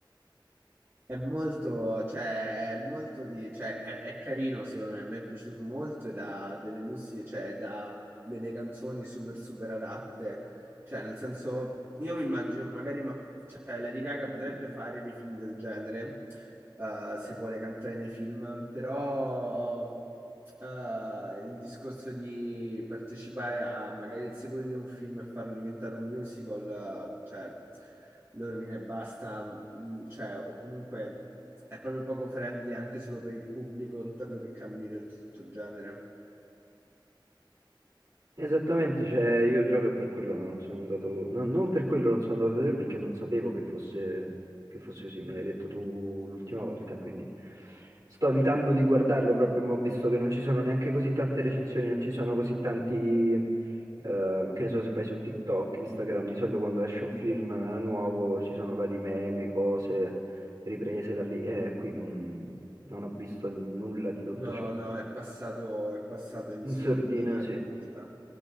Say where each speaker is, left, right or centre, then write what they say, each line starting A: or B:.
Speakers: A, on the right (about 35°); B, on the right (about 55°).
A: È molto, cioè, è molto di, cioè, è, è carino secondo me, a me è piaciuto molto ed ha delle musiche, cioè, da delle canzoni super, super adatte. Cioè, nel senso, io mi immagino magari, ma, cioè, Lady Gaga potrebbe fare dei film del genere, eh, se vuole cantare nei film, però eh, il discorso di partecipare a magari il seguito di un film e farlo diventare un musical, eh, cioè lo rovina e basta, mm, cioè, o comunque è proprio poco friendly anche solo per il pubblico, dato che cambi del tutto genere.
B: Esattamente, cioè io gioco e per quello non sono andato, no- non per quello non sono andato a vedere perché non sapevo che fosse, che fosse così, me l'hai detto tu l'ultima volta, quindi sto evitando di guardarlo proprio, ma ho visto che non ci sono neanche così tante recensioni, non ci sono così tanti, eh, che ne so se vai su TikTok, Instagram, di solito quando esce un film eh, nuovo ci sono vari meme, cose riprese da lì, e qui non, non ho visto nulla di tutto
A: No,
B: ciò.
A: no, è passato, è passato in sordina
B: In sordina, sì.
A: in realtà.